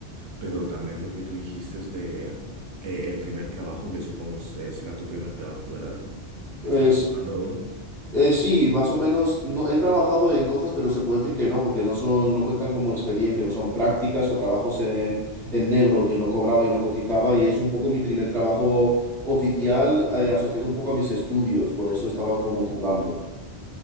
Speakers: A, on the right; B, in the centre.
A: Pero también lo que tú dijiste es de eh, el primer trabajo, que supongo se- será tu primer trabajo, ¿verdad?
B: Pues
A: Estás buscando uno.
B: eh, sí, más o menos no, he trabajado en cosas, pero se puede decir que no, porque no son, no cuentan como experiencia, no son prácticas o trabajos en, en negro que no cobraba y no cotizaba, y es un poco mi primer trabajo oficial eh, asociado un poco a mis estudios, por eso estaba como dudando.